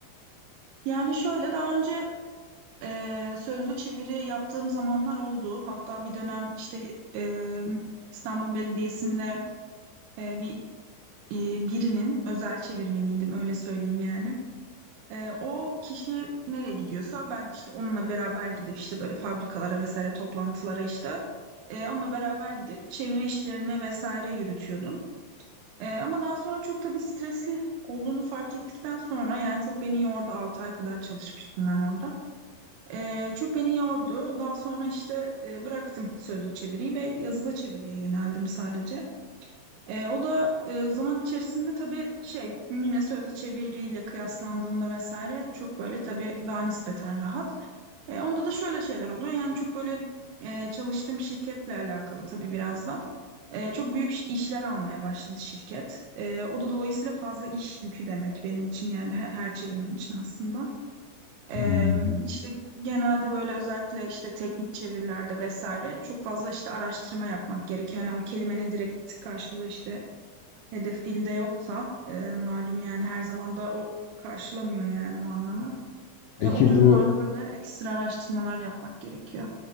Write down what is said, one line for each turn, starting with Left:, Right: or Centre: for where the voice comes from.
Right: Yani şöyle daha önce e, sözlü çeviri yaptığım zamanlar oldu. Hatta bir dönem işte e, İstanbul Belediyesi'nde e, bir e, birinin özel çevirmeniydim öyle söyleyeyim yani. Ee, o kişi nereye gidiyorsa ben de işte onunla beraber gidip işte böyle fabrikalara vesaire toplantılara işte e, onunla beraber gidip çeviri işlerini vesaire yürütüyordum. E, ama daha sonra çok tabii stresli olduğunu fark ettikten sonra yani çok beni yordu. 6 ay kadar çalışmıştım ben orada. E, çok beni yordu. Daha sonra işte e, bıraktım sözlü çeviriyi ve yazılı çeviriye yöneldim sadece. E, o da e, zaman içerisinde tabii şey yine sözlü çeviriyle kıyaslandığında vesaire çok böyle tabii daha nispeten rahat. E, onda da şöyle şeyler oluyor yani çok böyle e, çalıştığım şirketle alakalı tabii biraz da. E, çok büyük iş- işler almaya başladı şirket. E, o da dolayısıyla fazla iş yükü demek benim için yani he- her çevirmen için aslında. E,
Left: Hmm.
Right: işte genelde böyle özellikle işte teknik çevirilerde vesaire çok fazla işte araştırma yapmak gerekiyor. Yani o kelimenin direkt karşılığı işte hedef dilde yoksa e, malum yani her zaman da o karşılamıyor yani o anlamı.
Left: Peki
Right: E, o durumlarda
Left: bu
Right: böyle ekstra araştırmalar yapmak gerekiyor.